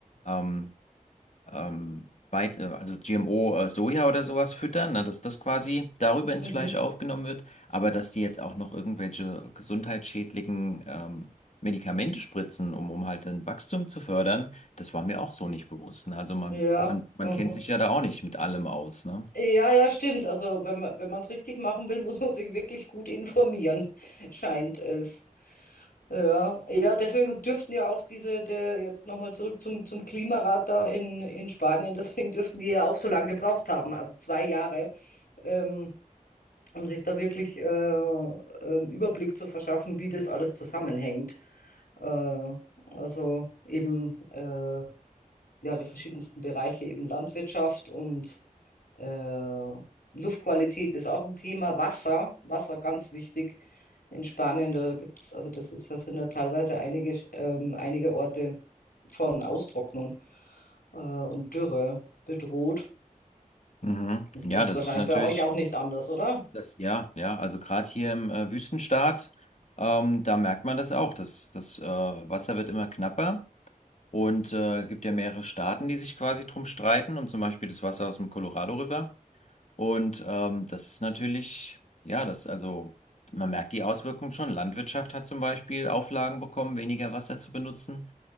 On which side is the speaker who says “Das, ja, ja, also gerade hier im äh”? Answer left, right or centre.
Left